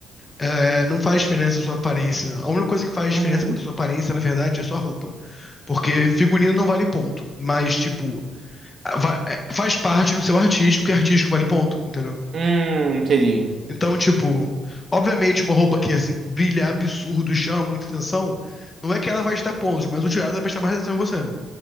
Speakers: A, on the left; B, on the right.
A: é, não faz diferença a sua aparência. A única coisa que faz
B: Uhum.
A: diferença quanto a sua aparência, na verdade, é a sua roupa. Porque figurino não vale ponto. Mas, tipo, va- é, faz parte do seu artístico, que artístico vale ponto, entendeu?
B: Hum, entendi.
A: Então, tipo, obviamente uma roupa que, assim, brilha absurdo, chama muita atenção, não é que ela vai te dar pontos, mas o tirado vai prestar mais atenção em você, né?